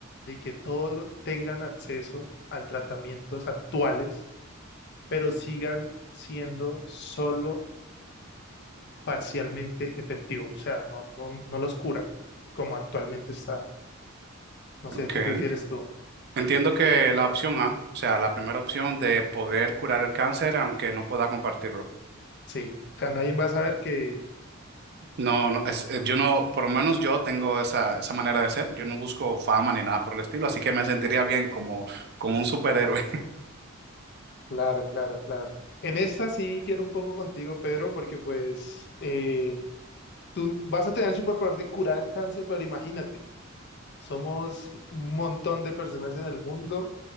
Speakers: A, on the left (about 55°); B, on the right (about 55°).
A: de que todos lo- tengan acceso al tratamientos actuales, pero sigan siendo solo parcialmente efectivos, o sea, no, no, no los cura como actualmente está. No
B: Okay,
A: sé qué prefieres tú.
B: Entiendo que la opción A, o sea, la primera opción de poder curar el cáncer, aunque no pueda compartirlo.
A: Sí, o sea, nadie va a saber que...
B: No, no, es- eh, yo no, por lo menos yo tengo esa, esa manera de ser. Yo no busco fama ni nada por el estilo, así que me sentiría bien como, como un superhéroe.
A: Claro, claro, claro. En esta sí difiero un poco contigo, Pedro, porque pues... eh, Tú vas a tener el superpoder de curar el cáncer, pero imagínate, somos un montón de personas en el mundo,